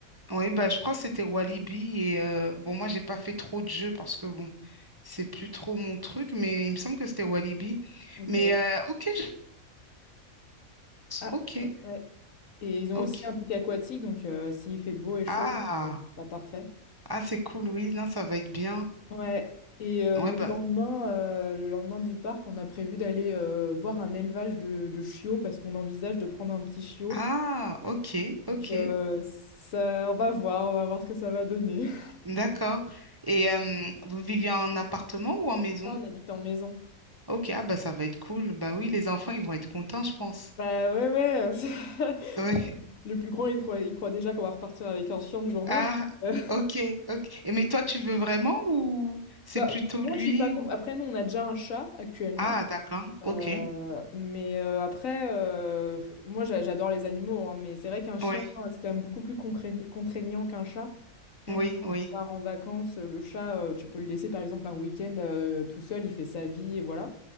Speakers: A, on the right; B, on the left.
A: Oui, bah, je crois que c'était Walibi. Et euh, bon, moi, j'ai pas fait trop de jeux parce que bon, c'est plus trop mon truc, mais il me semble que c'était Walibi.
B: Ok.
A: Mais euh, ok, je-
B: Ah,
A: ok,
B: euh, ouais. Et ils ont
A: ok.
B: aussi un truc aquatique, donc euh, s'il fait beau et chaud,
A: Ah,
B: euh, ce sera parfait.
A: ah, c'est cool, oui, non, ça va être bien.
B: Ouais. Et euh,
A: Ouais,
B: le
A: bah,
B: lendemain, euh, le lendemain du parc, on a prévu d'aller euh, voir un élevage de, de chiots parce qu'on envisage de prendre un petit chiot.
A: ah, ok, ok,
B: Donc, euh, ça, on va voir, on va voir ce que ça va donner. <laughs>
A: d'accord. Et euh, vous viviez en appartement ou en maison?
B: Non, on habite en maison.
A: Ok, ah, bah, ça va être cool. Bah oui, les enfants, ils vont être contents, je pense.
B: Bah ouais, ouais. <laughs>
A: Ouais.
B: Le plus grand, il croit, il croit déjà qu'on va repartir avec un chien le jour
A: Ah,
B: même. <laughs>
A: ok, ok. Et mais toi, tu veux vraiment ou c'est
B: Bah,
A: plutôt
B: moi,
A: lui
B: je suis pas contre.
A: ou...
B: Après, nous, on a déjà un chat actuellement.
A: Ah, d'accord.
B: Euh,
A: Ok.
B: mais euh, après, euh, moi j'a- j'adore les animaux, hein, mais c'est vrai qu'un chien,
A: Oui,
B: euh, c'est quand même beaucoup plus concré- contraignant qu'un chat. Rien
A: oui,
B: que quand
A: oui.
B: on part en vacances, le chat, euh, tu peux le laisser par exemple un week-end euh, tout seul, il fait sa vie et voilà.